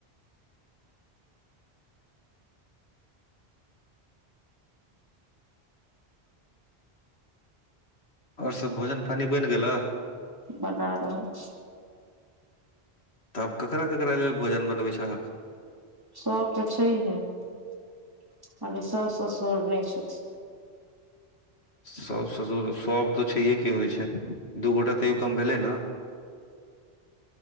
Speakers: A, on the left; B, on the right.
A: और सभ भोजन पानि बनि गेला
B: बना रहा लऽ छै
A: तऽ आब ककरा ककरा लेल भोजन बनबै छै अहाँकेँ
B: सभ तऽ छैहे कहले सास ससुर नहि छथिन
A: सभ ससुर सभ तऽ छैहे के होइ छै दू गोटा तैयो कम भेलै ने